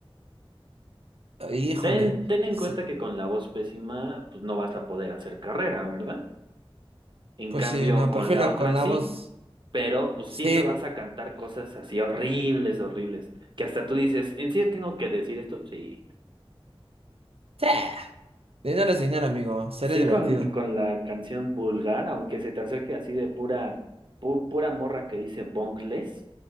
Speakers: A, on the right (about 75°); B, on the right (about 55°).
A: Híjole.
B: Ten, ten en
A: Sí,
B: cuenta que con la voz pésima, pues no vas a poder hacer carrera, ¿verdad? En
A: Pues
B: cambio,
A: sí, no,
B: con
A: prefiero
B: la otra
A: con la
B: sí,
A: voz.
B: pero pues
A: Sí.
B: siempre vas a cantar cosas así horribles, horribles, que hasta tú dices, ¿en serio tengo que decir esto? Sí.
A: Sí. Dinero es dinero, amigo. Sería
B: Sí,
A: divertido.
B: con, con la canción vulgar, aunque se te acerque así de pura, pu- pura morra que dice bongles,